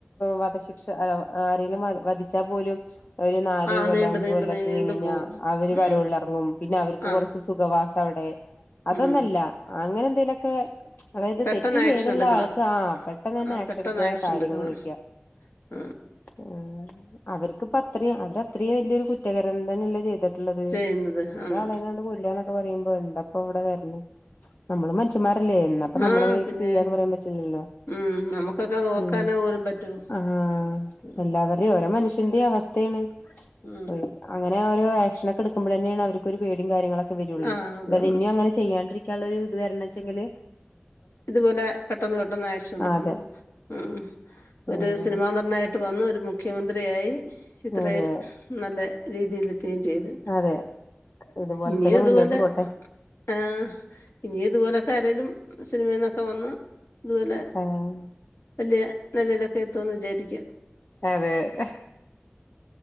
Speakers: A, on the left; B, on the left.
A: വധശിക്ഷ ഏ ആരെലും വധ വധിച്ചാ പോലും ഒരു നാല്
B: ആ
A: കൊല്ലം
B: നീണ്ട്
A: അഞ്ച
B: നീണ്ട്
A: കൊല്ലംയൊക്കെ
B: നീണ്ടു
A: കഴിഞ്ഞ് കഴിഞ്ഞാൽ
B: പോവും
A: അവര്
B: ഉം
A: പരോളിലിറങ്ങും പിന്നെ അവർക്ക്
B: ആ
A: കുറച്ച് സുഖവാസം അവിടെ അതൊന്നല്ല
B: ഉം
A: അങ്ങനെ എന്തേലൊക്കെ അതായത്
B: പെട്ടെന്ന്
A: തെറ്റ് ചെയ്തുള്ള
B: ആക്ഷൻ എടുക്കണം
A: ആൾക്ക് ആ പെട്ടെന്ന് തന്നെ
B: ആ
A: ആക്ഷ
B: പെട്ടെന്ന്
A: എടുക്കാ
B: ആക്ഷൻ
A: കാര്യങ്ങൾ
B: എടുക്കണം
A: കഴിക്കാ.
B: ആ
A: ആഹ് അവർക്കിപ്പ അത്രയും അവരത്രയും വലിയൊരു കുറ്റകരം തന്നെല്ല ചെയ്ത ട്ടുള്ളത്
B: ചെയ്യുന്നത് ആണ്
A: ഒരാളെങ്ങാണ്ട് കൊല്ലാന്നൊ പറയുമ്പ- പ്പോ എന്താപ്പം ഇവിടെ വരണെ നമ്മള് മനുഷ്യമാരല്ലേ അല്ലേ എന്നാപ്പം
B: ആ
A: നമ്മളെ മേലേക്ക്
B: പിന്നെ
A: തിരിയാന്ന് പറയാൻ പറ്റില്ലല്ലോ
B: ഉം നമുക്കൊക്കെ അത് ഓർക്കാനേ
A: ഉം
B: പോലും പറ്റോ
A: ആഹ്
B: ഉം
A: എല്ലാവര്ടെയും ഓരോ മനുഷ് തെന്ത്‌യീ അവസ്ഥേണ്.
B: ഉം
A: ഉയ് അങ്ങ അങ്ങനെ ഒരു ആക്ഷനൊക്കെ എടുക്കുമ്പോഴന്നെയാണ് അവർക്കൊരു പേടിം കാര്യങ്ങളൊ ക്കെ വരൊള്ളേ
B: ആ അതാണ്
A: ഇത് പിന്നിം അങ്ങനെ ചെയ്യാണ്ടിരി ക്ക്യാള്ളൊരു ഇത് വരണച്ചെങ്കില്
B: ഇതുപോലെ പെട്ടെന്ന് പെട്ടെന്ന് ആക്ഷൻ എടുക്കണം.
A: അതെ
B: ഉമ് ഒരു
A: അങ്ങനെ
B: സിനിമാ നടനായിട്ട് വന്ന് ഒരു മുഖ്യമന്ത്രി യായി ഇത്രയും
A: അതെ
B: നല്ല രീതിയില് എത്തേം ചെയ്ത്.
A: അതെ ഇതുപോലെ
B: ഇനിയും
A: തന്നെ
B: ഇതുപോലെ
A: മുന്നോട്ട് പോട്ടെ
B: ആഹ് ഇനിയും ഇതുപോലെക്കെ ആരെലും സിനിമേന്നൊക്കെ വന്ന് ഇതുപോലെ
A: ആഹ്
B: വലിയ നെലയിലൊക്കെ എത്തുമെന്ന് വിചാരിക്ക്യാ
A: അതേ ലെ